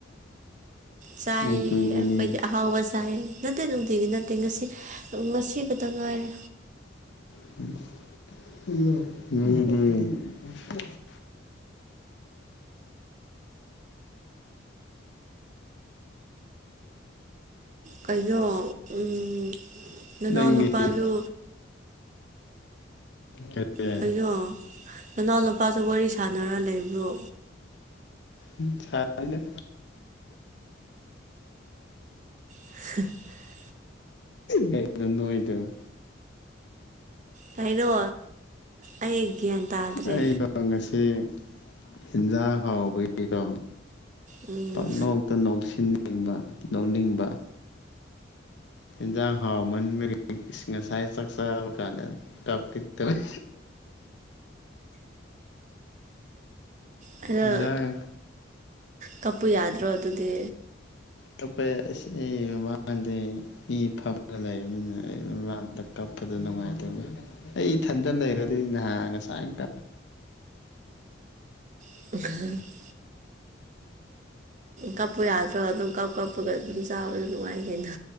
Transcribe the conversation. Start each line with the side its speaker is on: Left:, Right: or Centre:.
Right: ꯆꯥꯏꯌꯦ
Left: ꯅꯨꯡꯇꯤꯒꯤꯅꯤ
Right: ꯑꯈꯣꯏꯗꯤ ꯑꯍꯥꯎꯕ ꯆꯥꯏꯌꯦ ꯅꯠꯇꯦ ꯅꯨꯡꯇꯤꯒꯤ ꯅꯠꯇꯦ ꯉꯁꯤ ꯉꯁꯤ ꯈꯇꯪ ꯉꯥꯏꯔꯦ꯫
Left: <unintelligible> ꯃꯤꯗꯤ
Right: ꯀꯩꯅꯣ ꯎꯝ ꯅꯅꯥꯎ
Left: ꯅꯪꯒꯤ
Right: ꯅꯨꯄꯥꯖꯨ
Left: ꯀꯔꯤ
Right: ꯀꯩꯅꯣ ꯅꯅꯥꯎ ꯅꯨꯄꯥꯖꯨ ꯋꯥꯔꯤ ꯁꯥꯅꯔ ꯂꯩꯕ꯭ꯔꯣ꯫
Left: ꯍꯨꯝ ꯁꯅꯗ‌ꯦ
Right: <unintelligible>
Left: ꯀꯩꯅꯣ ꯅꯣꯏꯗꯨ꯫
Right: ꯀꯩꯅꯣ ꯑꯩ ꯒ꯭ꯌꯥꯟ ꯇꯥꯗ꯭ꯔꯦ
Left: ꯑꯩꯀꯣ ꯉꯁꯤ ꯍꯤꯟꯖꯥꯡ ꯍꯥꯎꯕꯒꯤꯀꯣ꯫
Right: ꯎꯝ
Left: ꯄꯪ ꯅ‌ꯣꯛꯇ ꯅ‌ꯣꯛꯁꯤꯟ ꯅꯤꯡꯕ ꯅꯣꯛꯅꯤꯡꯕ꯫ ꯍꯤꯟꯖꯥꯡ ꯍꯥꯎꯃꯟꯕꯒꯤ ꯏꯁ ꯉꯁꯥꯏ ꯆꯛ ꯆꯥꯕ ꯀꯥꯟꯗ꯫ ꯀꯞꯀꯦ ꯇꯧꯋ‌ꯦ꯫
Right: ꯈꯔ
Left: ꯍꯤꯟꯖꯥꯡ
Right: ꯀꯞꯄꯨ ꯌꯥꯗ꯭ꯔꯣ ꯑꯗꯨꯗꯤ꯫
Left: ꯀꯞꯄ‌ꯦ ꯑꯁꯤ ꯃꯃꯥ ꯃꯥꯟꯗ‌ꯦ꯫ ꯃꯤ ꯐꯝꯂ ꯂꯩꯕꯅꯤꯅ ꯑꯩ ꯏꯅꯥꯛꯇ ꯀꯞꯄꯗ ꯅꯨꯡꯉꯥꯏꯇꯕ꯫ ꯑꯩ ꯏꯊꯟꯗ ꯂꯩꯔꯗꯤ ꯅꯍꯥꯟ ꯉꯁꯥꯏꯇ
Right: <unintelligible> ꯀꯞꯄꯨ ꯌꯥꯗ꯭ꯔꯣ ꯑꯗꯨꯝ ꯀꯞ ꯀꯞꯄꯒ ꯑꯗꯨꯝ ꯆꯥꯕꯗ ꯅꯨꯡꯉꯥꯏꯀꯩꯅꯣ꯫